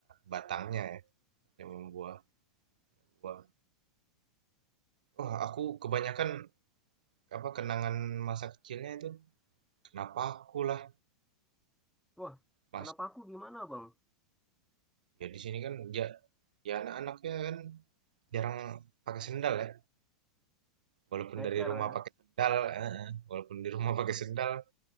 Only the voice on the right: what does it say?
batangnya ya, yang membuah buah. Wah, aku kebanyakan apa kenangan masa kecilnya itu kenapa aku lah
mas
ya di sini kan ya ya anak-anaknya kan jarang pakai sendal ya walaupun
dari rumah
pakai sendal eh, eh, walaupun di rumah <laughs> pakai sendal